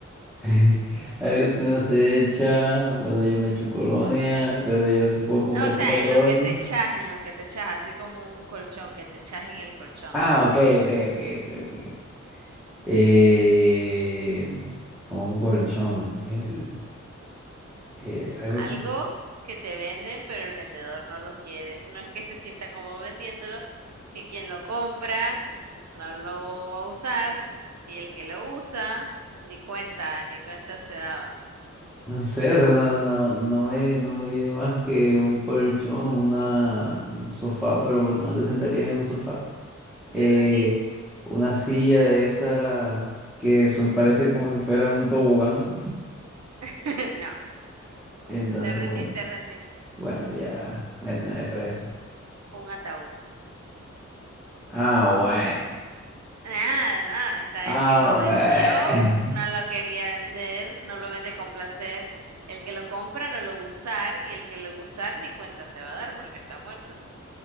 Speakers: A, in the centre; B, on the right.
A: <laughs> Algo que uno se echa. Bueno, yo me echo colonia, pero yo sí puedo compartir
B: O sea,
A: la colonia.
B: en lo que te echas, en lo que te echas, así como un colchón, que te echas en el colchón.
A: Ah, ok, ok, ok, ok, ok. Eh, como un colchón. El, eh, algo
B: Algo
A: que...
B: que te venden, pero el vendedor no lo quiere. No es que se sienta como vendiéndolo, que quien lo compra no lo va a usar y el que lo usa ni cuenta, ni cuenta se daba.
A: No sé, o sea, no, no, no me, no me viene más que un colchón, una, un sofá, pero porque no te sentarías en un sofá. Eh,
B: ¿Te rendís?
A: una silla de esas que son, parece como si fuera un tobogán.
B: <laughs> No,
A: <laughs> Entonces,
B: te rendís,
A: bueno,
B: te rendís.
A: bueno, ya, méteme preso.
B: Un ataúd.
A: Ah, bueno.
B: Nada, nada, está
A: Ah,
B: el que lo vendió,
A: bueno. <laughs>
B: no lo quería vender, no lo vende con placer, el que lo compra no lo va a usar y el que lo va a usar ni cuenta se va a dar porque está muerto.